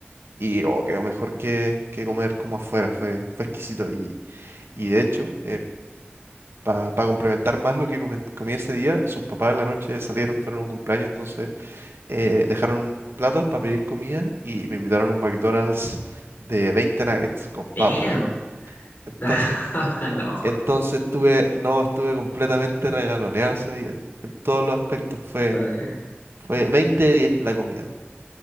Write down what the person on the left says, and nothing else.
Damn.
<laughs> No.
Ah, ya.
Sí,